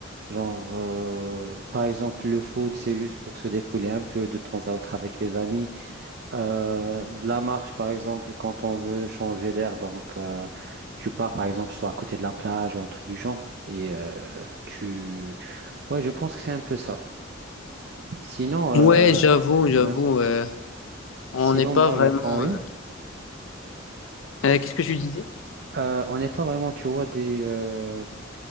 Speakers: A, on the right; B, on the left.
A: genre euh, par exemple, le foot, c'est juste pour se défouler un peu de temps à autre avec les amis. Euh, de la marche, par exemple, quand on veut changer d'air. Donc, euh, tu pars, par exemple, soit à côté de la plage ou un truc du genre. Et euh, tu. Ouais, je pense que c'est un peu ça. Sinon, euh,
B: Ouais, j'avoue, j'avoue,
A: ouais.
B: euh, on
A: Sinon,
B: n'est pas
A: moi,
B: vraiment.
A: j'apprends rien.
B: euh, euh, qu'est-ce que je disais?
A: Euh, on n'est pas vraiment, tu vois, des, euh,